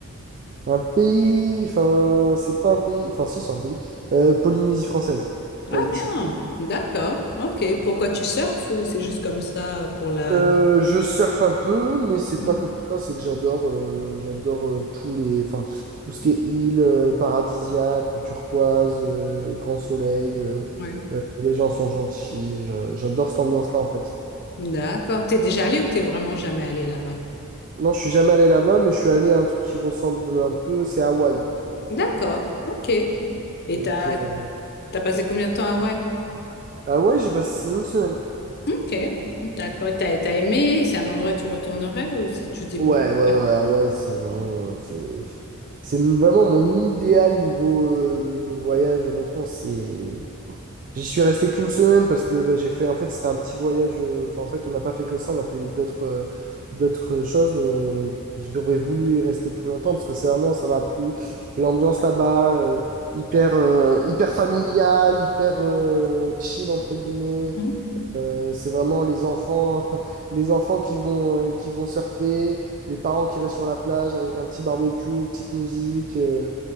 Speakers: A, on the right; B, on the left.
A: Un pays, enfin, c'est pas un pays, enfin, si, c'est un pays. Euh, Polynésie française, Tahiti.
B: Ah bien, d'accord, ok. Pourquoi tu surfes ou c'est juste comme ça pour la...
A: Euh, je surfe un peu, mais c'est
B: Mm,
A: pas que pour ça, c'est que j'adore euh, j'adore euh, tous les, enfin, tout ce qui est île euh, paradisiaque, eau turquoise, euh, grand soleil, euh,
B: ouais.
A: euh, les gens sont gentils, j'a- j'adore cette ambiance-là en fait.
B: D'accord. T'es déjà allé ou t'es vraiment jamais allé là-bas?
A: Non, je suis jamais allé là-bas, mais je suis allé à un truc qui ressemble un peu, c'est Hawaï.
B: D'accord, ok. Et
A: Donc,
B: t'as
A: euh,
B: t'as passé combien de temps à Hawaï?
A: Hawaï, j'ai passé une semaine.
B: Ok, d'accord. T'as t'as aimé? C'est un endroit où tu retournerais ou si tu dis
A: Ouais,
B: bon...
A: ouais, ouais,
B: Ouais.
A: Hawaï, c'est vraiment. c'est C'est vraiment mon idéal niveau, euh, niveau voyage, honnêtement. C'est... J'y suis resté qu'une semaine parce que bah, j'ai fait. En fait, c'était un petit voyage. euh, Enfin, en fait, on n'a pas fait que ça, on a fait d'autres euh, d'autres choses, mais j'aurais voulu y rester plus longtemps parce que c'est vraiment, ça m'a plu. L'ambiance là-bas, euh, hyper, euh, hyper familiale, hyper euh, chill, entre guillemets.
B: Mm,
A: Euh, c'est vraiment les enfants, <laughs> les enfants qui vont, euh, qui vont surfer, les parents qui restent sur la plage avec un petit barbecue, petite musique. euh,